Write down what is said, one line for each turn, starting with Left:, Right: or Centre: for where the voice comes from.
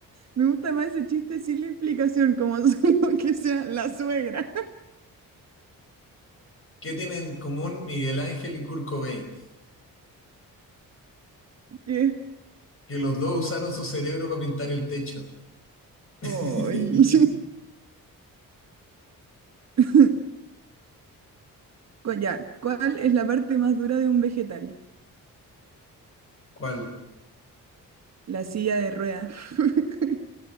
Right: Me gusta más ese chiste sin la explicación, como <laughs> solo que sea la suegra.
Left: ¿Qué tienen en común Miguel Ángel y Kurt Cobain?
Right: Que-
Left: Que los dos usaron su cerebro para pintar el techo. <laughs>
Right: ¡Ay! <laughs> Cu- Ya, ¿cuál es la parte más dura de un vegetal?
Left: ¿Cuál?
Right: La silla de ruedas. <laughs>